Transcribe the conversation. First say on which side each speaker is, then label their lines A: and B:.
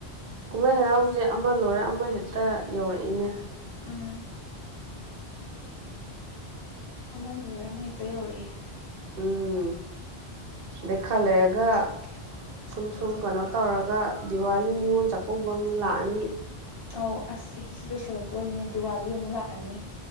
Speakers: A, on the right (about 60°); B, on the left (about 60°).
A: ꯀꯨꯝꯍꯩ ꯍꯔꯥꯎꯁꯦ ꯑꯃ ꯂꯣꯏꯔ ꯑꯃ ꯍꯦꯛꯇ ꯌꯧꯔꯛꯏꯅꯦ
B: ꯎꯝ ꯑꯃ ꯂꯣꯏꯔ ꯑꯃ ꯍꯦꯛꯇ ꯌꯧꯔꯛ ꯏ
A: ꯎꯝ ꯗꯩ ꯈꯥꯔ ꯂꯩꯔꯒ ꯁꯨꯝ ꯁꯨꯝ ꯀꯩꯅꯣ ꯇꯧꯔꯒ ꯗꯤꯋꯥꯂꯤ ꯅꯤꯉꯣꯜ ꯆꯥꯛꯀꯧꯕ ꯑꯃꯨꯛ ꯂꯥꯛꯑꯅꯤ
B: ꯑꯧ ꯑꯁ ꯆꯍꯤꯁꯨ ꯂꯣꯏꯁꯜꯂꯛꯇꯣꯔꯤꯅꯦ ꯗꯤꯋꯥꯂꯤ ꯑꯃꯨꯛ ꯂꯥꯛꯑꯅꯤ